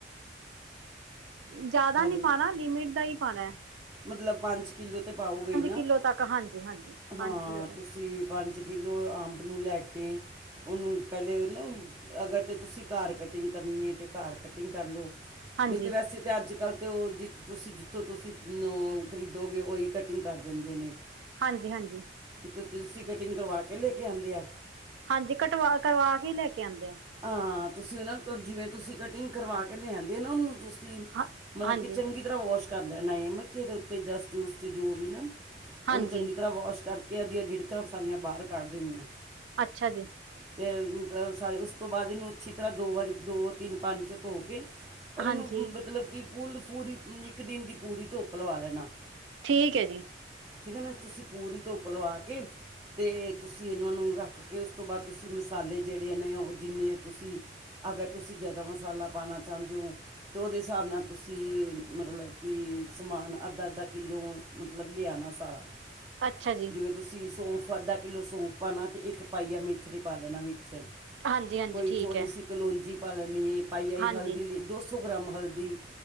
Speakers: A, on the right; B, on the right.
A: ਜ਼ਿਆਦਾ
B: ਹੈਲੋ
A: ਨਹੀਂੀ ਪਾਉਣਾ, ਲਿਮਿਟ ਦਾ ਹੀ ਪਾਉਣਾ।
B: ਮਤਲਬ ਪੰਜ ਕਿੱਲੋ ਤੇ ਪਾਓਗੇ ਨਾ,
A: ਕਿੱਲੋ ਤੱਕ ਹਾਂਜੀ-ਹਾਂਜੀ ਪੰਜ
B: ਹਾਂ
A: ਕਿੱਲੋ ਤੱਕ
B: ਤੁਸੀਂ ਪੰਜ ਕਿਲੋ ਅੰਬ ਨੂੰ ਲੈ ਕੇ, ਉਹਨੂੰ ਪਹਿਲੇ ਉਹ ਨਾ ਅਗਰ ਤਾਂ ਤੁਸੀਂ ਕਰ ਕਟਿੰਗ ਕਰਨੀ ਹੈ, ਤਾਂ ਕਰ ਕਟਿੰਗ ਕਰ ਲਉ
A: ਹਾਂਜੀ,
B: ਨਹੀਂ ਤੇ ਵੈਸੇ ਤਾਂ ਅੱਜ ਕੱਲ੍ਹ ਤੇ ਉਹ, ਜ ਤੁਸੀਂ ਜਿੱਥੋਂ ਤੁਸੀਂ ਖਰੀਦੋਗੇ, ਉਹੀ ਕਟਿੰਗ ਕਰ ਦਿੰਦੇ ਨੇ
A: ਹਾਂਜੀ ਹਾਂਜੀ
B: ਤੁਲਸੀ ਕਟਿੰਗ ਕਰਵਾ ਕੇ ਲੈ ਕੇ ਆਂਦੇ ਆ।
A: ਹਾਂਜੀ, ਕਟਵਾ ਕਰਵਾ ਕੇ ਈ ਲੈ ਕੇ ਆਂਦੇ ਏਂ।
B: ਹਾਂ, ਤੁਸੀਂ ਉਹਨਾਂ ਜਿਵੇਂ ਤੁਸੀਂ ਕਟਿੰਗ ਕਰਵਾ ਕੇ ਲਿਆਂਦੇ ਓ ਨਾ, ਉਹਨੂੰ ਤੁਸੀਂ
A: ਹਾਂ
B: ਮਤਲਬ
A: ਹਾਂਜੀ,
B: ਕਿ ਚੰਗੀ ਤਰ੍ਹਾਂ ਵਾਸ਼ ਕਰ ਲੈਣਾ ਇਹ ਮਤ ਕਿ ਉਹਦੇ ਉੱਤੇ ਡਸਟ-ਡੂਸਟ ਜੋ ਵੀ ਨਾ,
A: ਹਾਂਜੀ
B: ਉਹਨੂੰ ਚੰਗੀ ਤਰ੍ਹਾਂ ਵਾਸ਼ ਕਰ ਕ ਉਹਦੀਆਂ ਗਿੜਕਾਂ ਸਾਰੀਆਂ ਬਾਹਰ ਕੱਢ ਦੇਣੀਆਂ।
A: ਅੱਛਾ ਜੀ।
B: ਤੇ ਸ ਉਸ ਤੋਂ ਬਾਅਦ ਇਹਨੂੰ ਅੱਛੀ ਤਰ੍ਹਾਂ ਦੋ ਵਾਰੀ, ਦੋ-ਤਿੰਨ ਪਾਣੀ ਚ ਧੋ ਕੇ ਔਰ ਇਹਨੂੰ
A: ਹਾਂਜੀ।
B: ਮਤਲਬ ਕਿ ਪੁੱਲ ਫੂਰੀ ਇੱਕ ਦਿਨ ਦੀ ਪੂਰੀ ਧੁੱਪ ਲਵਾ ਲੈਣਾ।
A: ਠੀਕ ਐ ਜੀ।
B: ਠੀਕ ਐ ਨਾਂ, ਤੁਸੀਂ ਪੂਰੀ ਧੁੱਪ ਲਵਾ ਕੇ ਤੇ ਤੁਸੀਂ ਇਹਨਾਂ ਨੂੰ ਰੱਖ ਕੇ, ਉਸ ਤੋਂ ਬਾਅਦ ਤੁਸੀਂ ਮਸਾਲੇ ਜੇੜੇ ਨੇ ਉਹ ਜਿੰਨੇ ਆ ਤੁਸੀਂ ਅਗਰ ਤੁਸੀਂ ਜ਼ਿਆਦਾ ਮਸਾਲਾ ਪਾਉਣਾ ਚਾਂਦੇ ਓਂ ਤੇ ਉਹਦੇ ਸਾਬ ਨਾਲ ਤੁਸੀਂ ਮਤਲਬ ਕਿ ਸਮਾਨ ਅੱਧਾ-ਅੱਧਾ ਕਿੱਲੋ ਮਤਲਬ ਲਿਆਣਾ ਸਾਰਾ
A: ਅੱਛਾ ਜੀ।
B: ਜਿਵੇਂ ਤੁਸੀਂ ਸੌਂਫ ਅੱਧਾ ਕਿੱਲੋ ਸੌਂਫ ਪਾਣਾ ਤੇ ਇੱਕ ਪਾਈਆ ਮੇਥਰੀ ਪਾਲੈਣਾ ਵਿੱਚ
A: ਹਾਂਜੀ-ਹਾਂਜੀ
B: ਕੋਈ
A: ਠੀਕ
B: ਥੋੜੀ
A: ਐ
B: ਸੀ ਕਲੋਂਜੀ ਪਾ ਲੈਣੀ ਐ, ਪਾਈਆ ਈ
A: ਹਾਂਜੀ।
B: ਹਲਦੀ ਲ ਦੋ ਸੌ ਗ੍ਰਾਮ ਹਲਦੀ